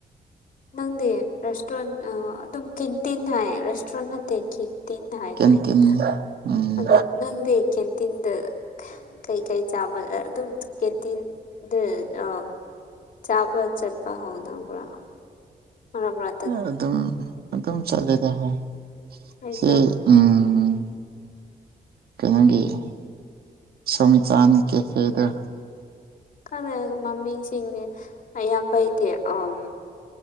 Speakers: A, on the left; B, on the right.
A: ꯅꯪꯗꯤ ꯔꯦꯁꯇꯨ꯭ꯔꯦꯟ ꯑꯥ ꯑꯗꯨꯝ ꯀꯤꯟꯇꯤꯟ ꯍꯥꯏ ꯔꯦꯁꯇꯨ꯭ꯔꯦꯟ ꯅꯠꯇꯦ ꯀꯦꯟ ꯇꯤꯟ ꯍꯥꯢꯗꯣꯢꯅꯦꯗ
B: ꯀꯦꯟꯇꯤꯟ ꯎꯝ
A: ꯑꯗꯨ ꯅꯪꯗꯤ ꯀꯦꯟꯇꯤꯟꯗ ꯀꯩꯀꯩ ꯆꯥꯕ ꯑꯗꯨꯝ ꯀꯦꯟꯇꯤꯟ ꯗꯨꯅꯣ ꯆꯥꯕ ꯆꯠꯄ ꯍꯧꯗꯧꯕ꯭ꯔ ꯃꯔꯛ ꯃꯔ
B: ꯑ ꯑꯗꯨꯝ ꯑꯗꯨꯝ ꯆꯠꯂꯦꯗ ꯍꯣꯏ
A: ꯑꯩꯁꯨ
B: ꯁꯤ ꯎꯝ <unintelligible> ꯁꯝꯆꯥꯟ ꯀꯦꯐꯦꯗ
A: ꯈꯪꯗꯦ ꯃꯃꯤꯡꯁꯤꯡꯅꯦ ꯑꯌꯥꯝꯕꯩꯗꯤ ꯑꯝ